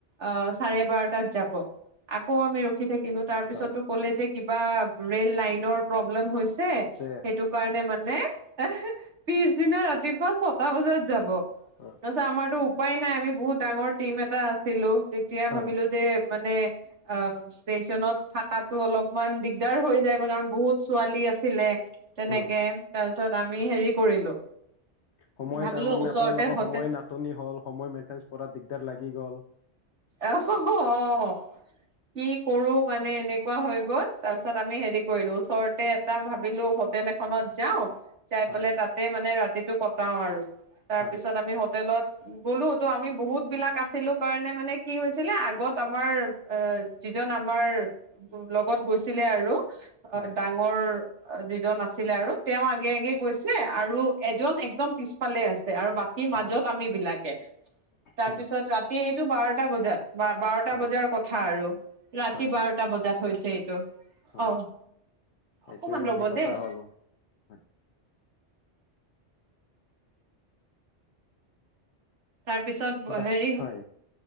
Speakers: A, on the right; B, on the left.
A: অ', চাৰে
B: হয়। উম,
A: বাৰটাত যাব। আকৌ আমি ৰ উঠি থাকিলো। তাৰ পিছতো
B: হয়।
A: ক'লে যে কিবা ৰে'ল লাইনৰ প্ৰব্লেম হৈছ ছে
B: যে,
A: সেইটোক মানে মানে এ হে পিছদিনা ৰাতিপুৱা ছটা বজাত যাব।
B: অ',
A: তৰ ছে আমাৰতোক উপায় নাই। আমি বহুত ডাঙৰ টিম এটা আছিলোঁ। তেতিয়া
B: হয়,
A: ভাবিলো যে মানে অ', ষ্টেচনত থকাতো অলপমান দিগদাৰ হৈ যায়। কাৰণ বহুত ছোৱালী আছিলে। তেনেকে
B: উম,
A: তাৰপিছত আমি
B: উম।
A: হেৰি কৰিলোঁ।
B: সময়
A: ভাবিলোঁ
B: তাৰমানে
A: ওচৰতে
B: আপোনালোকৰ
A: হোটে,
B: সময় নাটনি হ'ল, সময় মেইনটেনেঞ্চ কৰাত দিগদাৰ লাগি গ'ল।
A: আহ হ অহ', কি কৰো মানে এনেকুৱা হৈ গ'ল। তাৰপিছত আমি হেৰি কৰিলোঁ। ওচৰতে এটা ভাবিলোঁ হোটেল এখনত
B: হয়,
A: যাওঁ যাই
B: হয়,
A: পেলাই তাতে মানে ৰা- তিতো কটাও আৰু তাৰ
B: হয়,
A: পিছত আমি হোটেলত গলো তো আমি বহুত বিলাক আছিলো কাৰণে মানে কি হৈছিলে আগত আমাৰ এ যিজন আমাৰ লগত গৈছিলে আৰু
B: হয়,
A: অ ডাঙৰ অ যিজন নাছ- ছিলে আৰু তেওঁ আগে আগে গৈছিলে আৰু এজন একদম পিছফালে আছে আৰু বাকী
B: হয়,
A: মাজত আমি বিলাকে তাৰপিছত
B: হয়,
A: ৰাতি টো বাৰটা বজাত বা বাৰটা
B: হয়,
A: বজাৰ কথা আৰু ৰাতি
B: হয়,
A: বাৰটা বজাত হৈছে ত
B: হয়।
A: অ
B: এইটোৱে
A: অকমান ৰ'ব
B: অভিজ্ঞতা
A: দেই
B: হ'ল। হয়
A: তাৰ পিছত
B: বাহ,
A: হেৰি
B: হয়,